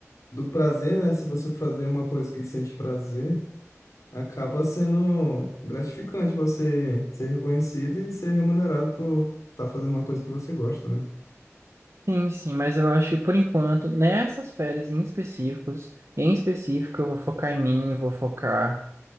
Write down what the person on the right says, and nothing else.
Sim, sim, mas eu acho que por enquanto, nessas férias em específicos, em específico, eu vou focar em mim, vou focar.